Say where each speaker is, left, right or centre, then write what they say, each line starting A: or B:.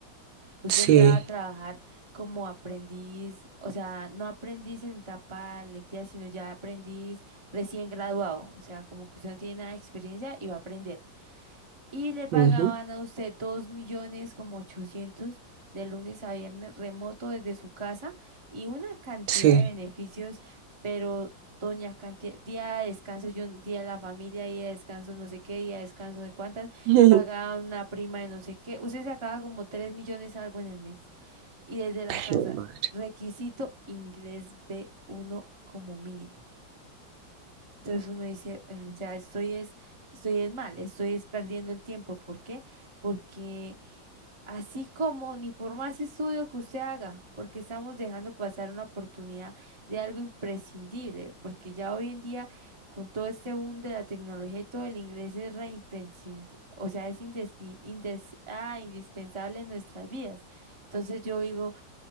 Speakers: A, on the right; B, on the right.
A: Usted
B: Sí,
A: entraba a trabajar como aprendiz, o sea, no aprendiz en etapa lectiva, sino ya aprendiz recién graduado, o sea, como que usted no tiene nada de experiencia y va a aprender. y le pagaban
B: ujú,
A: a usted dos millones como ochocientos de lunes a viernes remoto desde su casa y una cantidad
B: sí.
A: de beneficios, pero doña cantidad, día de descanso, yo, día de la familia, día de descanso, no sé qué, día de descanso de cuántas,
B: <laughs>
A: pagaban una prima de no sé qué, usted sacaba como tres millones algo en el mes y desde la
B: Qué
A: casa,
B: mal.
A: requisito inglés b uno como mínimo. Entonces uno dice, eh, o sea, estoy es, estoy es mal, estoy es perdiendo el tiempo. ¿Por qué? Porque así como ni por más estudio que usted haga, porque estamos dejando pasar una oportunidad de algo imprescindible, porque ya hoy en día con todo este boom de la tecnología y todo el inglés es re imprescindi- o sea, es indespi- indes- ah, indispensable en nuestras vidas. Entonces yo digo,